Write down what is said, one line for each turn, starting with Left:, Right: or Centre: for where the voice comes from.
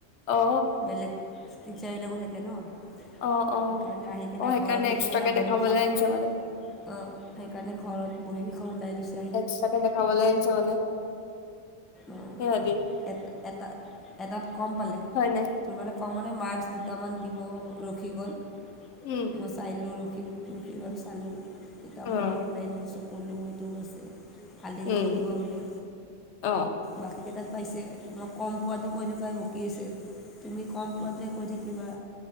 Left: অ অ
Centre: বেলেগ টিচাৰবিলাকো থাকে ন,
Left: অ',
Centre: সেইকাৰণে
Left: অ',
Centre: আহি কিনে
Left: অ', সেইকাৰণে
Centre: ঘৰত গোটেই
Left: এক্সট্ৰাকে
Centre: কেইটা
Left: দেখাবলৈ
Centre: বহি কেইখন
Left: আনিছে মানে
Centre: অঁ, সেইকাৰণে ঘৰত বহীকেইখন ওলাই দিছ
Left: এক্সট্ৰাকে দেখাবলৈ আহিছে মানে,
Centre: অঁ
Left: সেয়াই যি
Centre: এ এটা এটাত কম পালে।
Left: হয় নাই।
Centre: তোৰ মানে কমনে মাৰ্কছ দুটামান দিব ৰখি গ'ল।
Left: উম।
Centre: চাইলোঁ ৰখি ৰখি গল চালোঁ কিতাপৰ
Left: উম,
Centre: পৰা ওলাই যোওঁ চকলো এইটো আছে। কালি
Left: উম,
Centre: শুধিব বোলে।
Left: অ',
Centre: বাকীকেইটাত পাইছে, মই কম পোৱাতটো কৈ থকাই বকি আছে। তুমি কম পোৱাটোৱেই কৈ থাকিবা,